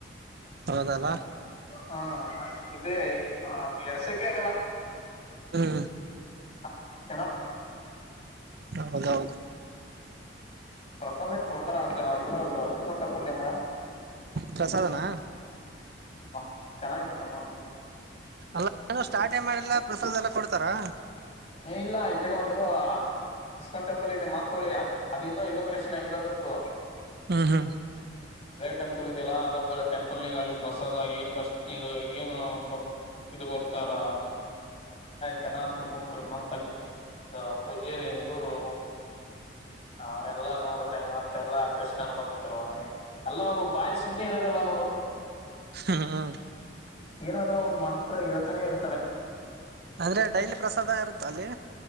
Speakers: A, on the right; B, on the left.
A: ಹೌದಲ್ಲ.
B: ಹಾ ಇದು ಎಡ್ಸಕೆ ಆಗಲ್ಲ.
A: ಹ್ಮ್
B: <inaudible> <unintelligible>
A: ಹೌದೌದು
B: ಪ್ರಸಾದ ಕೊಡ್ತಾರ ಇದ್ರ ಇಸ್ಕಾನ್ ಟೆಂಪ್ಲನ್ಯಾಗ.
A: ಪ್ರಸಾದನಾ
B: ಮಸ್ತ್ ಚೆನ್ನಾಗಿರುತ್ತ ಮಸ್ತ್.
A: ಅಲ್ಲ ಸ್ಟಾರ್ಟೆ ಮಾಡಿಲ್ಲ ಪ್ರಸಾದ ಎಲ್ಲ ಕೊಡ್ತಾರಾ?
B: ಏ ಇಲ್ಲ ಈ ಕಡೆ ಒಂದು ಇಸ್ಕಾನ್ ಟೆಂಪಲ್ ಇದೆ ಮತ್ತ ಹೊಳ್ಳಿ ಅದ ಇನ್ನು ಇನೋಗ್ರೇಷನ್ ಆಗಿಲ್ಲ ಆದ್ರದು.
A: ಹು ಹು
B: ಟೆಂಪಲ್ ಇದೆ ಅಲ್ಲ ಅದ್ರದ ಟೆಂಪಲ್ ಅಲ್ಲಿ ಪ್ರಸಾದ ಏನು ಕಷ್ಟ ಇದು ಏನು ಇದು ಬರ್ತಾರ ಜನ ಅಂತ್ರು ಮುಕ್ರಿ ಮತ್ತ ಅಲ್ಲಿ ಪೂಜೇರಿ ಇವ್ರು ಅವ್ರೆಲ್ಲಾ ನೋಡಿದ್ರೆ ಮತ್ತ ಎಲ್ಲಾ ಕೃಷ್ಣನ ಭಕ್ತರು ಎಲ್ಲ ಅವರು ಬಾಯಿ ಸುಮ್ನೆ ಇರೋದಿಲ್ಲ ನೋಡು.
A: ಹಾ
B: ಏನಾದ್ರೂ ಒಂದ್ ಮಂತ್ರ ಹೇಳ್ತನೇ ಇರ್ತಾರೆ.
A: ಆದ್ರೆ ಡೈಲಿ ಪ್ರಸಾದ ಇರುತ್ತ ಅಲ್ಲಿ?